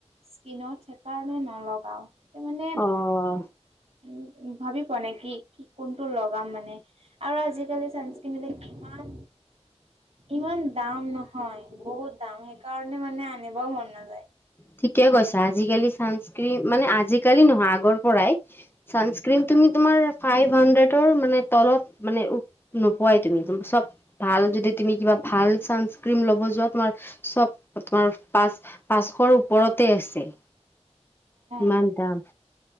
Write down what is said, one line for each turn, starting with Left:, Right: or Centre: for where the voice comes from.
Right: স্কীনত সেইকাৰণে নলগাওঁ মানে।
Left: অ
Right: উম উম ভাবি পোৱা নাই কি কোনটো লগাম, মানে আৰু আজিকালি কিনিলে ইমান ইমান দাম নহয় বহুত দাম সেইকাৰ ণে মানে আনিবয়ো মন নাযায়।
Left: ঠিকে কৈছা, আজিকালি চানস্কিন মানে আজিকালি নহয় আগৰ পৰাই চানস্ক্ৰিন তুমি তোমাৰ ফাইভ হানড্ৰেডৰ মানে তলত মানে নোপোৱাই তুমি চব ভাল যদি তুমি কিবা ভাল চানস্ক্ৰীন লব যোৱা তোমাৰ চব তোমাৰ পাচ পাঁচশৰ ওপৰতে আছে। ইমান
Right: অ
Left: দাম,